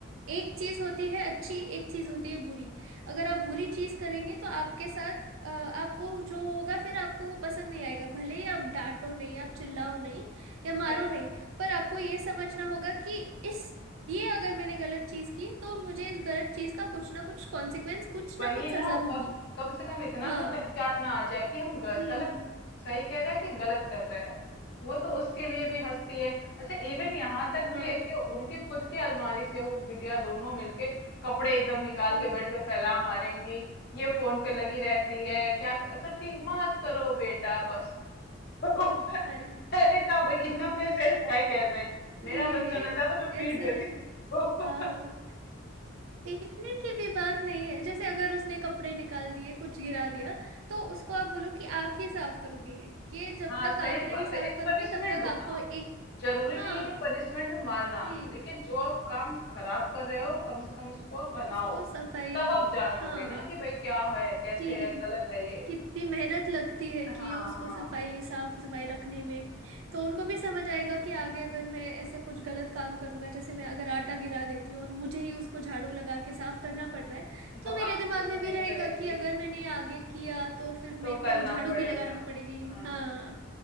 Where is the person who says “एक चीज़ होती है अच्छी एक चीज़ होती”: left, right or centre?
Right